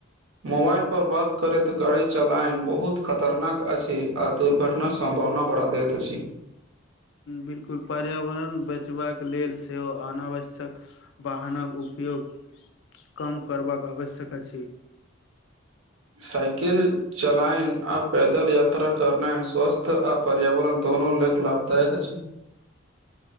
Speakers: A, on the right; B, on the left.
A: मोबाइल पर बात करैत गाड़ी चलायन बहुत खतरनाक अछि आ दुर्घटना सम्भावना बढ़ा दैत अछि
B: बिलकुल पर्यावरण बैचबाक लेल सेहो अनावश्यक वाहनक उपयोग कम करबाक आवश्यक अछि
A: साइकिल चलायनि आ पैदल यात्रा करनानि स्वस्थ्य आ पर्यावरण दुनू ल लाभदायक अछि